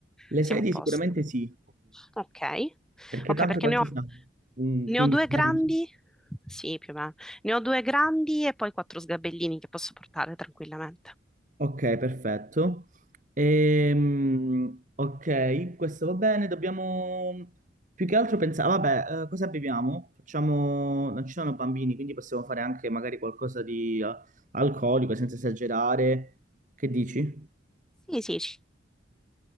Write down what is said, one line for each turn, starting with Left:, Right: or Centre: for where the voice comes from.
Right: le
Centre: siamo
Right: sedie
Centre: a posto.
Right: sicuramente sì.
Centre: Ok,
Right: Perché
Centre: ok,
Right: tanto
Centre: perché
Right: quanti
Centre: ne ho,
Right: siamo? Mm,
Centre: ne
Right: 15
Centre: ho due
Right: minuti?
Centre: grandi, sì, più o meno, ne ho due grandi e poi quattro sgabellini che posso portare tranquillamente.
Right: Ok, perfetto. Ehm, ok, questo va bene. Dobbiamo più che altro pensare, vabbè, eh, cosa beviamo? Facciamo, non ci sono bambini, quindi possiamo fare anche magari qualcosa di eh, alcolico senza esagerare. Che dici?
Centre: Sì, sì, ci